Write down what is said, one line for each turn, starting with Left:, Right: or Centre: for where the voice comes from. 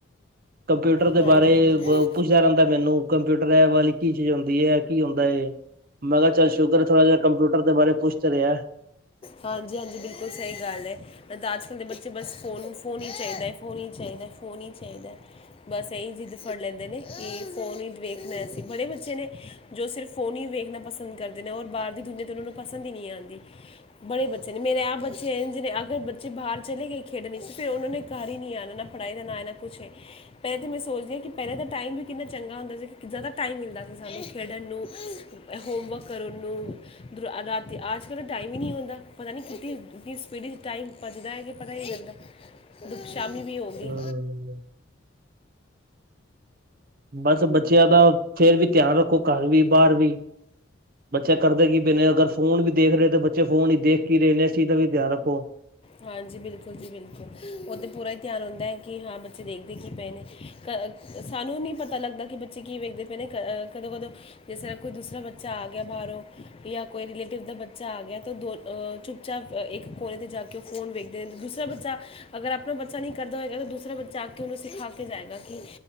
Right: ਕੰਪਿਊਟਰ ਦੇ
Left: ਹਾਂਜੀ
Right: ਬਾਰੇ,
Left: ਹਾਂਜੀ
Right: ਬ, ਪੁੱਛਦਾ ਰਹਿੰਦਾ ਮੈਨੂੰ ਕੰਪਿਊਟਰ ਬ ਕੀ ਚੀਜ਼ ਹੁੰਦੀ ਹੈ ਕੀ ਹੁੰਦਾ ਏ ਮੈਂ ਕਿਹਾ ਚੱਲ ਸ਼ੂਕਰ ਥੋੜ੍ਹਾ ਜਿਹਾ ਕੰਪਿਊਟਰ ਦੇ ਬਾਰੇ ਪੁੱਛ ਤਾਂ ਰਿਹਾ
Left: ਹਾਂਜੀ ਹਾਂਜੀ ਬਿਲਕੁਲ ਸਹੀ ਗੱਲ ਹੈ ਨਹੀ ਤਾਂ ਅਜ ਕੱਲ ਦੇ ਬੱਚੇ ਬਸ ਫੋਨ ਫੋਨ ਹੀ ਚਾਹੀਦਾ ਹੈ ਫੋਨ ਹੀ ਚਾਹੀਦਾ ਹੈ ਫੋਨ ਹੀ ਚਾਹੀਦਾ ਹੈ ਬਸ ਇਸੀਂ ਜਿੱਦ ਫੜੀ ਲੈਂਦੇ ਨੇ ਕਿ ਫੋਨ ਹੀ ਵੇਖਣਾ ਐਸੀ, ਬੜੇ ਬੱਚੇ ਨੇ ਜੋ ਸਿਰਫ ਫੋਨ ਹੀ ਵੇਖਣਾ ਪਸੰਦ ਕਰਦੇ ਨੇ, ਔਰ ਬਾਹਰ ਦੀ ਦੁਨੀਆ ' ਉਹਨਾਂ ਨੂੰ ਪਸਦ ਹੀ ਨਹੀਂ ਆਉਂਦੀ ਬੜੇ ਬੱਚੇ ਨੇ, ਮੇਰੇ ਆਹ ਬੱਚੇ ਹੈ ਜਿਨੇ ਅਗ ਬੱਚੇ ਬਾਹਰ ਚਲੇ ਗਏ ਖੇਡਣ 'ਚ ਫਿਰ ਉਹਨਨਾਂ ਨੇ ਘਰ ਹੀ ਨਹੀਂ ਆਉਣਾ ਨਾ ਪੜ੍ਹਾਈ ਦਾ ਨ ਹੈ ਨਾ ਕੁਛ ਏ ਪਹਿਲੇ ਤਾਂ ਮੈਂ ਸੋਚਦੀ ਹਾਂ ਕਿ ਪਹਿਲੇਾਂ ਤਾਂ ਟਾਈਮ ਵੀ ਕਿੰਨਾ ਚੰਗਾ ਹੁੰਦਾ ਸੀ, ਕਿ ਜ਼ਿਆਦਾ ਟਾਈਮ ਮਿਲਦਾ ਸੀ ਸਾਨੂੰ ਖੇਡਣ ਨੂੰ ਹੋਮਵਰਕ ਕਰਨ ਨੂੰ ਰਾਤੀ ਅੱਜ ਕੱਲ੍ਹ ਤਾਂ ਟਾਈਮ ਹੀ ਨਹੀਂ ਹੁੰਦਾ ਪਤਾ ਨਹੀਂ ਕਿਥਨੀ ਸਪੀਡ ਇਚ ' ਟਾਈਮ ਪਝਦਾ ਹੈ ਕਿ ਪਤਾ ਹੀ ਚਲਦਾ ਸ਼ਾਮੀ ਵੀ ਹੋ ਗਈ
Right: ਹੂੰ। ਬਸ ਬੱਚਿਆਂ ਦਾ ਫੇਰ ਵੀ ਧਿਆਨ ਰੱਖੋ ਘਰ ਵੀ ਬਾਹਰ ਵੀ ਬੱਚਾ ਕਰਦੇ ਕਿ ਪਏ ਨੇ, ਅਗਰ ਫੋਨ ਵੀ ਦੇਖ ਰਹੇ ਤਾਂ ਬੱਚੇ ਫੋਨ ਹੀ ਦੇਖ ਕੀ ਰਹੇ ਨੇ ਇਸ ਚੀਜ਼ ਦਾ ਵੀ ਧਿਆਨ ਰੱਖੋ
Left: ਹਾਂਜੀ ਬਿਲਕੁਲ ਜੀ ਬਿਲਕੁਲ ਉਹ ਤਾਂ ਪੂਰਾ ਹੀ ਧਿਆਨ ਹਉਂਦਾ ਹੈ ਕਿ ਹਾਂ ਬੱਚੇ ਦੇਖਦੇ ਕੀ ਪਏ ਨੇ ਕ ਸਾਨੂੰ ਨਹੀਂ ਪਤਾ ਲੱਗਦਾ ਕਿ ਬੱਚੇ ਕੀ ਵੇਖਦੇ ਪਏ ਨੇ ਕ ਕਦੋਂ ਕਦੋਂ ਜਿਸ ਤਰ੍ਹਾਂ ਕੋਈ ਦੂਸਰਾ ਬੱਚਾ ਆ ਗਿਆ ਬਾਹਰੋਂ, ਜਾਂ ਕੋਈ ਰਲੇਟਿਵ ਦਾ ਬੱਚਾ ਆ ਗਿਆ ਤਾਂ ਦੋ ਅ ਚੁੱਪ ਚਾਪ ਇੱਕ ਕੋਨੇ ਤੇ ਜਾਕੇ ਕਿ ਫੋਨ ਵੇਖਦੇ ਦੂਸਰਾ ਬੱਚਾ ਅਗਰ ਆਪਣਾ ਬੱਚਾ ਨਹੀਂ ਕਰਦਾਏਗਾ ਤਾਂ ਦੂਸਰਾ ਬੱਚਾ ਅ ਕੇ ਉਹਨੂੰ ਸਿਖਾ ਕੇ ਸਿਖਾ ਕੇ ਜਾਏਗਾ ਕਿ